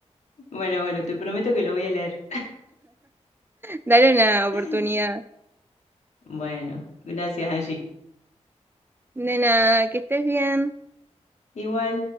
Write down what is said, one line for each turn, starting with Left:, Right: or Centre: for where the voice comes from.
Left: bueno, bueno, te prometo que lo voy a leer.
Right: Dale una oportunidad.
Left: <laughs> Bueno, gracias, Angie.
Right: De nada, que estés bien.
Left: Igual.